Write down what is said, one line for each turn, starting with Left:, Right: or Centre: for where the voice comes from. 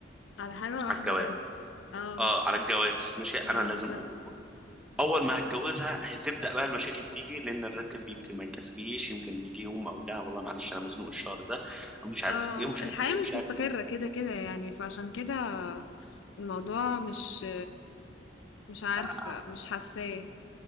Left: على حاجة واحدة
Centre: على الجواز
Left: بس. آه،
Centre: اه على الجواز ماشي انا
Left: آه بالضبط.
Centre: لازم أ- اول ما هتجوزها هتبدا بقى المشاكل تيجي لان الراتب يمكن ما يكفيش يمكن يجي يوم اقول لها والله معلش انا مزنوق الشهر ده او مش عارف
Left: آه،
Centre: ايه ومش
Left: الحياة
Centre: عارف ايه
Left: مش
Centre: ومش عارف
Left: مستقرة
Centre: ايه
Left: كده، كده يعني، فعشان كده الموضوع مش مش عارفة،
Centre: آه،
Left: مش حاساه.